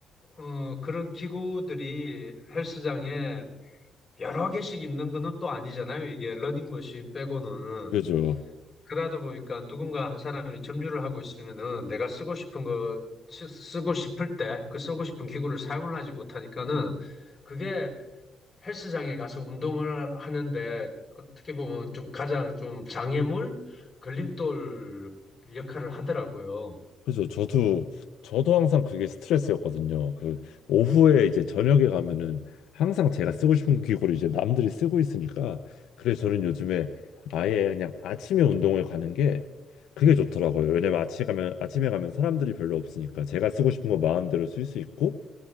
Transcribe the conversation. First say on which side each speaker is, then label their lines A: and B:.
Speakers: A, on the left; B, on the left.
A: 어, 그런 기구들이 헬스장에 여러 개씩 있는 거는 또 아니잖아요. 이게 러닝머신 빼고는.
B: 그죠.
A: 그러다 보니까 누군가 한 사람이 점유를 하고 있으면은 내가 쓰고 싶은 거 쓰- 쓰고 싶을 때 그 쓰고 싶은 기구를 사용을 하지 못하니까는 그게 헬스장에 가서 운동을 하는데 어떻게 보면 좀 가장 좀 장애물 걸림돌 역할을 하더라고요.
B: 그죠. 저도, 저도 항상 그게 스트레스였거든요. 그, 오후에 이제 저녁에 가면은 항상 제가 쓰고 싶은 기구를 이제 남들이 쓰고 있으니까. 그래서 저는 요즘에 아예 그냥 아침에 운동을 가는 게 그게 좋더라고요. 왜냐면 아침에 가면, 아침에 가면 사람들이 별로 없으니까 제가 쓰고 싶은 거 마음대로 쓸 수 있고,